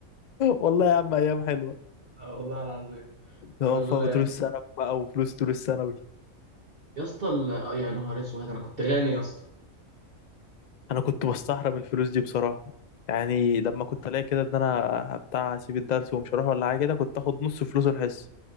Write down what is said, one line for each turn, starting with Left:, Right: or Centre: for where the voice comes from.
Left: والله يا عم ايام حلوة
Right: اه والله العظيم
Left: اه
Right: ولا
Left: فدروس ثانوي بقى وفلوس دروس ثانوي
Right: يا اسطى ال- اه يا نهار اسود انا كنت غني يا اسطى
Left: انا كنت بستحرم الفلوس دي بصراحة يعني لما كنت الاقي كده ان انا بتاع اسيب الدرس ومش هروح ولا حاجة كده كنت اخد نص فلوس الحصة